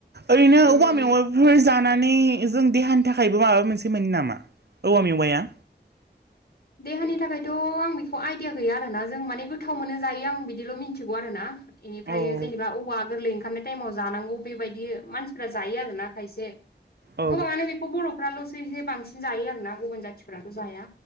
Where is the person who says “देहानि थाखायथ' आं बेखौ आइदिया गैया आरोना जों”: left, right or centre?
Left